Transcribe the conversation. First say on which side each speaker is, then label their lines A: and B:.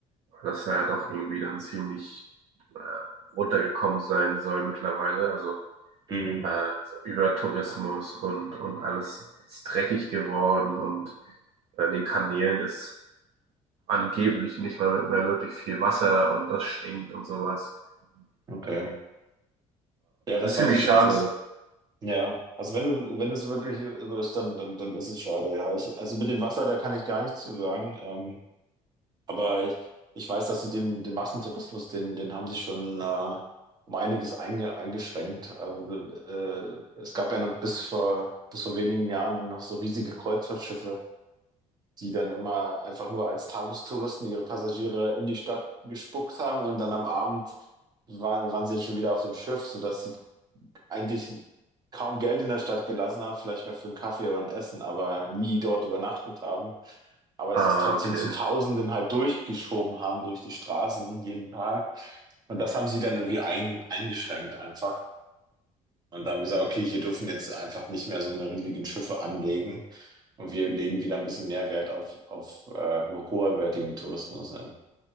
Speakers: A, on the right; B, on the right.
A: weil das ja doch irgendwie dann ziemlich äh, runtergekommen sein soll mittlerweile. Also
B: Mhm,
A: äh, so Übertourismus und, und alles ist dreckig geworden und an den Kanälen ist angeblich nicht mal mehr wirklich viel Wasser und das stinkt und sowas.
B: okay.
A: Äh,
B: Ja, das
A: Ist
B: weiß
A: ziemlich
B: ich nicht.
A: schade.
B: Das, ja, also wenn, es- wenn es wirklich so ist, dann, dann, dann ist es schade. Ja, ich, also mit dem Wasser, da kann ich gar nichts zu sagen. Ähm, Aber ich, ich weiß, dass sie den, den Massentourismus, den, den haben sie schon äh, um einiges einge, eingeschränkt. Also, äh, es gab ja noch bis vor, bis vor wenigen Jahren noch so riesige Kreuzfahrtschiffe, die dann immer einfach nur als Tagestouristen ihre Passagiere in die Stadt gespuckt haben und dann am Abend waren, waren sie dann schon wieder auf dem Schiff, sodass die eigentlich kaum Geld in der Stadt gelassen haben, vielleicht mehr für einen Kaffee oder ein Essen, aber nie dort übernachtet haben. Aber
A: Ah,
B: es ist trotzdem
A: okay,
B: zu Tausenden halt durchgeschoben haben durch die Straßen jeden Tag. Und das haben sie dann irgendwie ein, eingeschränkt einfach. Und haben gesagt, okay, hier dürfen jetzt einfach nicht mehr so eine riesigen Schiffe anlegen. Und wir legen wieder ein bisschen mehr Wert auf, auf äh, hoherwertigen Tourismus. ähm,